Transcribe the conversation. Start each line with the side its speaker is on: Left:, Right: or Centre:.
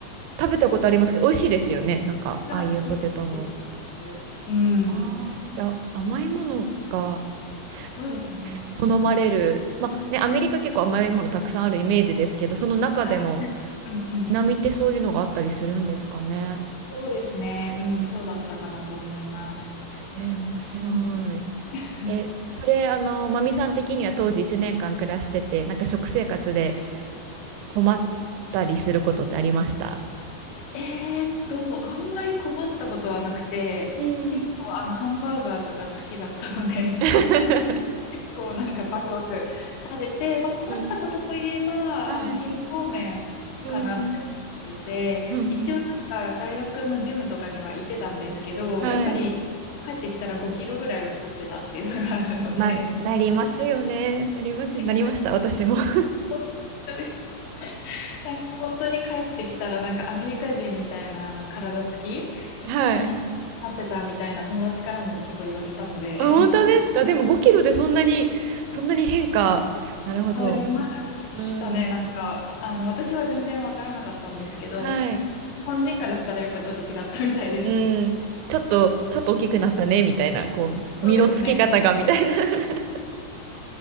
Right: 食べたことありますけど、美味しいですよね。なんか、
Left: あ、
Right: ああいうポテトも。
Left: 美味しいです。うん。
Right: ああ、じゃあ甘いものがすす好まれる。
Left: そうですね。
Right: まあね、アメリカ結構甘いものたくさんあるイメージですけど、その中でも
Left: はい。はいうんうん。
Right: 南ってそういうのがあったりするんですかね。
Left: そうですね。うん、そうだったかなと思います。
Right: えー、面白い。
Left: うん。<laughs>
Right: え、それ、あの、マミさん的には当時1年間暮らしてて、なんか食生活で困ったりすることってありました
Left: えーっと、あんまり困ったことはなくて、
Right: うん。
Left: 結構あの、ハンバーガーとか好きだったので、
Right: <laughs>
Left: こうなんかバクバク食べて、まあ、困ったことといえば、
Right: うん。はい。
Left: あの、健康面かなって思ってて、
Right: うん。うん。
Left: 一応なんか大学のジムとかには行ってたんですけど、
Right: うん。はい。
Left: やっぱり帰ってきたら5キロぐらい太ってたっていうのがあるので、
Right: まあ、なりますよね。なりますよ。
Left: <laughs>
Right: なりました。私も。<laughs>
Left: 本当です。<laughs> なんか本当に帰ってきたらなんかアメリカ人みたいなあの体つき
Right: はい。
Left: になってたみたいな友達からも結構言われたので
Right: あ、本当ですかでも5キロでそんなに、そんなに変化。なるほど。
Left: <laughs> 変わりましたね。
Right: うん。
Left: なんか、あの、私は全然わからなかったんですけど、
Right: はい。
Left: 日本人からしたらやっぱちょっと違ったみたいです。
Right: うん。ちょっと、ちょっと大きくなったね、みたいな、こう、身のつき方が、
Left: そうですね。
Right: みたいな。<laughs>